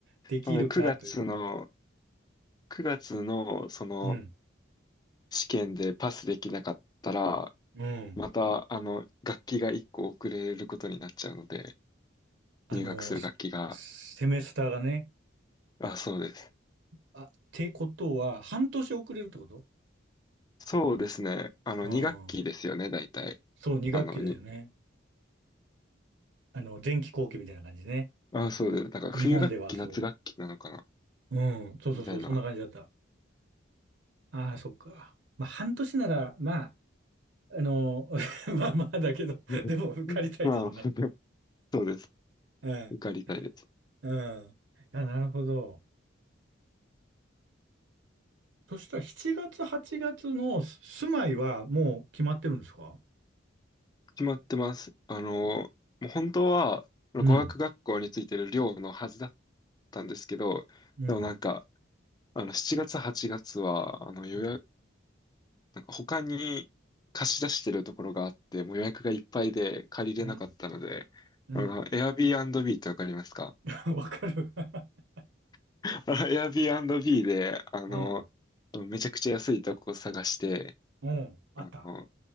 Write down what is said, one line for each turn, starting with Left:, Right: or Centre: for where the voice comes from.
Right: できるかという。
Left: あの、9月の、9月の、その、
Right: うん。
Left: 試験でパスできなかったら、
Right: うん。
Left: また、あの、楽器が1個遅れることになっちゃうので、
Right: あのー、
Left: 入学する楽器が。
Right: セセメスターがね、
Left: あ、そうです。
Right: あ、ってことは、半年遅れるってこと
Left: そうですね。あの、
Right: うん。
Left: 2学期ですよね、大体。
Right: そう、2学期だよね。
Left: あの、に、
Right: あの、前期後期みたいな感じね。
Left: あ、そうです。だから、冬学期、
Right: 日本ではそ
Left: 夏学期なのかな、
Right: う。うん、そうそうそう、
Left: みたいな。
Right: そんな感じだった。ああ、そっか。まあ、半年なら、まあ、あの、<laughs> まあまあだけど、
Left: うん
Right: でも受かりたいですよね。
Left: <laughs> まあ、<laughs> そうです。
Right: うん、
Left: 受かりたいです。
Right: うん。あ、なるほど。そしたら7月、8月の住まいはもう決まってるんですか
Left: 決まってます。あの、もう本当は、語学学校についてる寮のはずだっ
Right: うん。
Left: たんですけど、
Right: うん、
Left: でもなんか、あの、7月、8月は、あの、予約、
Right: うん、
Left: なんか他に貸し出してるところがあって、もう予約がいっぱいで借りれなかったので、
Right: うん、うん。
Left: あの、Airbnb ってわかりますか
Right: <laughs> わかる。<laughs>
Left: <laughs> あの ?Airbnb で、あの、
Right: うん、
Left: あのめちゃくちゃ安いとこを探して、
Right: うん、あった。
Left: あの、